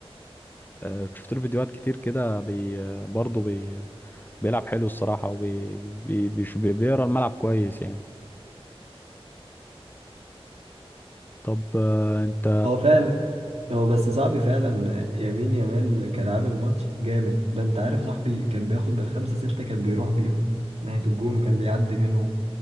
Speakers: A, on the left; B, on the right.
A: آه، شفت له فيديوهات كتير كده بي آه، برضو بي بيلعب حلو الصراحة وبي بي بيش- بي- بيقرا الملعب كويس يعني طب آه، انت
B: هو فعلا هو بس صاحبي فعلا يمين يمال كان عامل ماتش جامد ده انت عارف صاحبي كان بياخد بالخمسة ستة كان بيروح بيهم ناحية الجون وكان بيعدي منهم